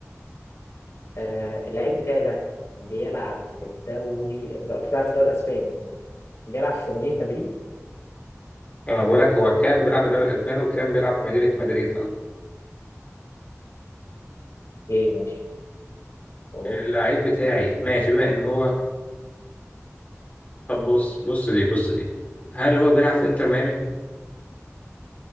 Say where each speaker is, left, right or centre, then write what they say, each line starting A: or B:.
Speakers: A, on the left; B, on the left.
A: آه اللعيب بتاعي ده بيلعب في الدوري أنت قلت بيلعب في الدوري الإسباني بيلعب في مدينة مدريد
B: اه بقول لك هو كان بيلعب في الدوري الاسباني وكان بيلعب في مدينه مدريد اه
A: اوكي ماشي اوروبي
B: اللعيب
A: ماشي
B: بتاعي ماشي بما ان هو طب بص بص دي بص دي هل هو بيلعب في انتر ميامي؟